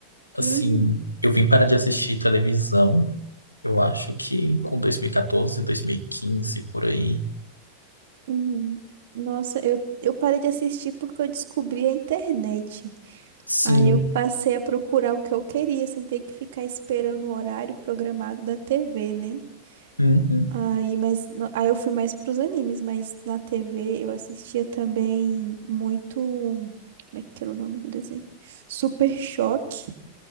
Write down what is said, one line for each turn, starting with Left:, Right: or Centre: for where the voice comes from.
Left: Assim,
Right: Uhum.
Left: eu vim parar de assistir televisão, eu acho que com dois dois mil mil e quatorze, dois mil e quinze por aí.
Right: Uhum. Nossa, eu, eu parei de assistir porque eu descobri a internet.
Left: Sim.
Right: Aí eu passei a procurar o que eu queria, sem ter que ficar esperando o horário programado da TV, né?
Left: Uhum.
Right: Aí, mas, no- aí eu fui mais pros animes, mas na TV eu assistia também muito. Como é que era o nome do desenho? Super Choque